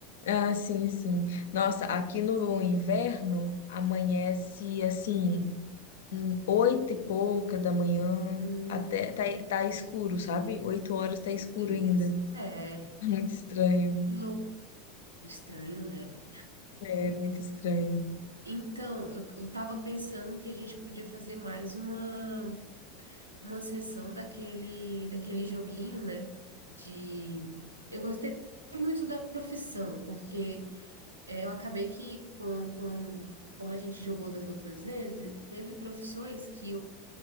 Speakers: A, on the left (about 70°); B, on the right (about 90°).
A: Ah, sim, sim. Nossa, aqui no inverno amanhece assim, hum, oito e pouca da manhã,
B: Hum,
A: até tá, tá escuro, sabe? Oito horas tá
B: meu
A: escuro
B: Deus.
A: ainda.
B: É,
A: <laughs> Muito estranho.
B: que louco. Estranho, né?
A: É, muito estranho.
B: Então, eu, eu tava pensando que a gente podia fazer mais uma... uma sessão daquele, daquele joguinho, né? De. Eu gostei muito da profissão, porque eh, eu acabei que, com, com, como a gente jogou das outras vezes, teve profissões que eu